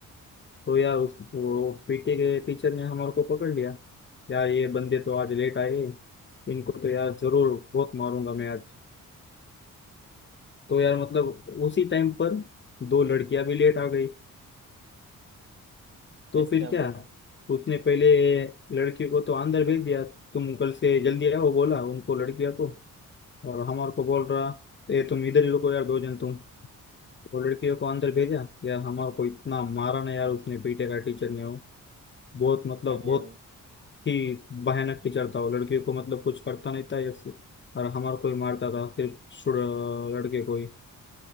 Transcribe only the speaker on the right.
अच्छा
बताओ
अरे
वाह।